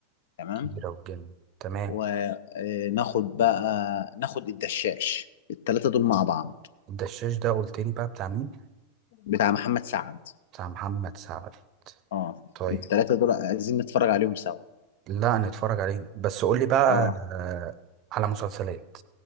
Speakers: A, on the left; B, on the right.
A: تمام
B: كبيرة والجن تمام
A: وناخد بقى ناخد الدشاش التلاتة دول مع بعض
B: الدشاش ده قلت لي بقى بتاع مين
A: بتاع محمد سعد
B: بتاع محمد سعد
A: اه
B: طيب
A: التلاتة دول عايزين نتفرج عليهم سوا
B: لا نتفرج عليه بس قول لي بقى
A: اه
B: آه، على مسلسلات